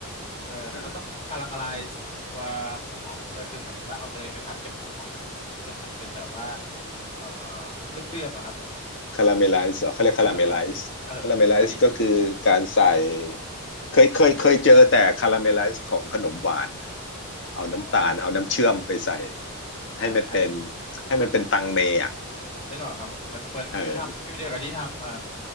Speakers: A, on the left; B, on the left.
A: เอ่อมันต้องคาราเมลไลซ์ตัวหัวหอมด้วยคือหมายถึงว่าเอาเนยไปผัดกับหัวหอมจนจนมันเป็นแบบว่า
B: อ่า
A: เอ่อเลื่อมเลื่อมอะครับแบบ
B: คาราเมลไลซ์เหรอเขาเรียกคาราเมลไลซ์คาราเมลไลซ์ก็คือการใส่
A: คาราเมลไลซ์เออผมขอโทษที
B: เคยเคยเคยเจอแต่คาราเมลไลซ์ของขนมหวาน
A: อ๋อ
B: เอาน้ำตาลเอาน้ำเชื่อมไปใส่
A: ใช่อัน
B: ให้มันเป็นให้มันเป็นตังเมอ่ะ
A: นึกออกครับผมเหมือนเหมือนฟิลทำฟิลเดียวกับที่ทำเอ่อ
B: เออ